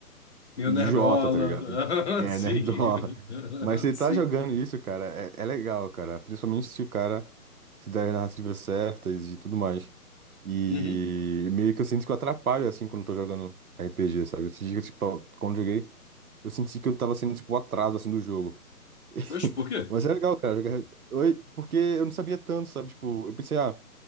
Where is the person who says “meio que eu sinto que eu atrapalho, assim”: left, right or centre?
Right